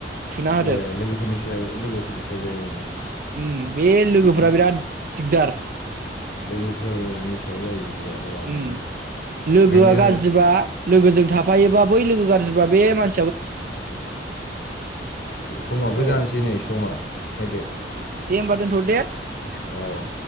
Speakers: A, on the right (about 50°); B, on the left (about 70°).
A: थुना होदों
B: ए लोगोफोरनि सायाव लोगोफोरनि सायाव जायो उम
A: उम बे लोगोफोरा
B: बिदि
A: बिराद दिगदार
B: लोगोफोरनि सायाव जायो बिदिया बिरादनो।
A: उम लोगोआ
B: ओंखायनो
A: गाज्रिबा लोगोजों थाफायोबा बै लोगो गाज्रिबा बे मान
B: समाबो
A: औ
B: जानोसै नै समा नायदो।
A: दे होमबा दोनथनो दे
B: औ